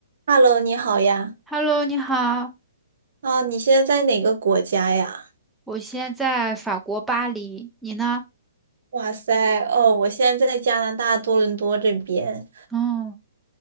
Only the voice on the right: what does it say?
Hello，你好呀。
哦，你现在在哪个国家呀？
哇塞，哦，我现在在加拿大多伦多这边。